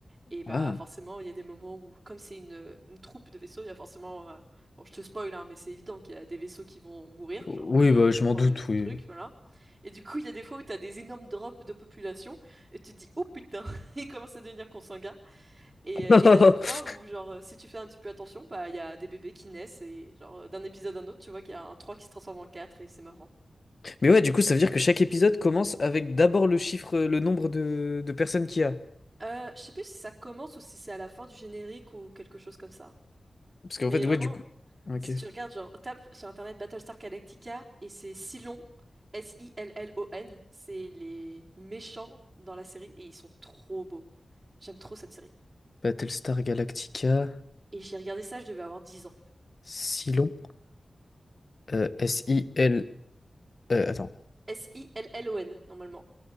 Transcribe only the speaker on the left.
Ah.
Oui,
bah,
je
m'en doute,
oui.
<laughs>
Mais ouais, du coup, ça veut dire que chaque épisode commence avec d'abord le chiffre, le nombre de, de personnes qu'il y a.
Parce qu'en
fait,
ouais, du coup. Ok.
Battlestar Galactica,
Silon, euh, S-I-L. euh, attends.